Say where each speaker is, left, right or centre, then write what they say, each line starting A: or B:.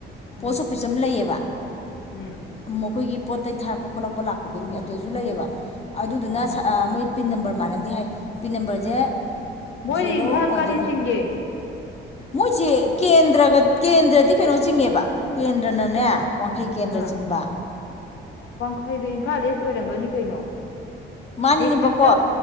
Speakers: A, on the left; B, on the left.
A: ꯄꯣꯁ
B: ꯎꯝ
A: ꯑꯣꯐꯤꯁ ꯑꯃ ꯂꯩꯌꯦꯕ
B: ꯎꯝ
A: ꯑꯩꯈꯣꯏꯒꯤ ꯄꯣꯠ ꯆꯩ ꯊꯥꯔꯛꯄ ꯈꯣꯠꯂꯛꯄ ꯂꯥꯛꯄ ꯈꯨꯗꯤꯡꯒꯤ ꯑꯗꯨꯁꯨ ꯂꯩꯌꯦꯕ ꯑꯗꯨꯗꯨꯅ
B: ꯑꯣ
A: ꯃꯣꯏ ꯄꯤꯟ ꯅꯝꯕꯔ ꯃꯥꯟꯅꯗꯦ ꯍꯥꯏ ꯄꯤꯟ ꯅꯝꯕꯔꯁꯦ
B: ꯃꯣꯏꯗꯤ
A: ꯖꯦꯔꯣ
B: ꯏꯝꯐꯥꯜ
A: ꯋꯥꯟ
B: ꯀꯔꯤ
A: ꯖꯦꯔꯣ
B: ꯆꯤꯡꯒꯦ
A: ꯃꯣꯏꯁꯦ ꯀꯦꯟꯗ꯭ꯔꯒ ꯀꯦꯟꯗ꯭ꯔꯗꯤ ꯀꯩꯅꯣ ꯆꯤꯡꯉꯦꯕ ꯀꯦꯟꯗ꯭ꯔꯅꯅꯦ ꯋꯥꯡꯈꯩ ꯀꯦꯟꯗ꯭ꯔꯆꯤꯡꯕ
B: ꯑꯥ ꯋꯥꯡꯈꯩꯗꯣ ꯏꯝꯐꯥꯜ ꯏꯁ ꯑꯣꯏꯔꯝꯒꯅꯤ ꯀꯩꯅꯣ
A: ꯃꯥꯅꯤꯅꯦꯕꯀꯣ
B: ꯗꯤꯁꯇ꯭ꯔꯤꯛꯇ